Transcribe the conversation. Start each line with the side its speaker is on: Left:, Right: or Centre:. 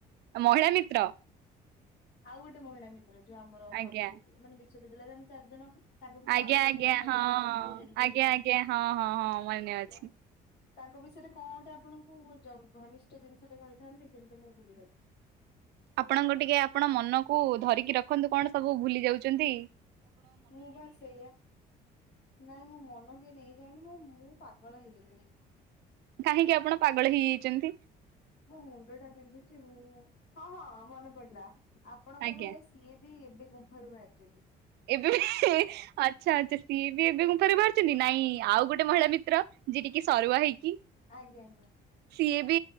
Right: ଆ ମହିଳା ମିତ୍ର।
Left: ଆଉ ଗୋଟେ ମହିଳା ମିତ୍ର ଯୋଉ ଆମର କଲେଜ
Right: ଆଜ୍ଞା
Left: ମାନେରେ ବିଶ୍ୱବିଦ୍ୟାଳୟରେ ଆମେ ଚାରି ଜଣ ତାଙ୍କ ଭିତରୁ
Right: ଆଜ୍ଞା
Left: ଆଉ ଜଣେ
Right: ଆଜ୍ଞା
Left: ଚଷମା
Right: ହଁ
Left: ପିନ୍ଧନ୍ତି ଟିକେ ହେଲ୍ଦି
Right: ଆଜ୍ଞା
Left: ହେଇକି
Right: ଆଜ୍ଞା ହଁ ହଁ ହଁ ମନେ
Left: ଆଜ୍ଞା।
Right: ଅଛି
Left: ତାଙ୍କ ବିଷୟରେ କଣ ଗୋଟେ ଆପଣଙ୍କୁ ବୁଝ ଜ ଘନିଷ୍ଠ ଜିନିଷ ଟା କହିଥାନ୍ତି କିନ୍ତୁ ମୁଁ ଭୁଲି ଗଲି
Right: ଆପଣଙ୍କୁ ଟିକେ ଆପଣ ମନକୁ ଧରି କି ରଖନ୍ତୁ କଣ ସବୁ ଭୁଲି ଯାଉଚନ୍ତି।
Left: ମୁଁ ବା ସେଇଆା ନାଇଁ ମୋ ମନ କିଏ ନେଇଯାଉନି ମୁଁ ମୁଁ ପାଗଳ ହେଇ ଗଲିଣି।
Right: କାହିଁକି ଆପଣ ପାଗଳ ହେଇଯାଇଚନ୍ତି?
Left: ମୁଁ ମୁଣ୍ଡ ଟା ପନ୍ଧୁଚି ମୁଁ ହଁ ହଁ ମନେ ପଡିଲା। ଆପଣଙ୍କ
Right: ଆଜ୍ଞା
Left: ଭଳିଆ ସିଏ ବି ଏବେ ଗୁମ୍ଫା ରୁ ବାହାରିଚନ୍ତି।
Right: ଏବେ ବି ଆଚ୍ଛା ଆଛା ସିଏ ବି ଏବେ ଗୁମ୍ଫା ରୁ ବାହାରିଚନ୍ତି ନାଇଁ ଆଉ ଗୋଟେ ମହିଳା ବି ତ୍ର ଯିଏ ଟିକି ସରୁଆ ହେଇକି
Left: ଆଜ୍ଞା ଆଜ୍ଞା।
Right: ସିଏ ବି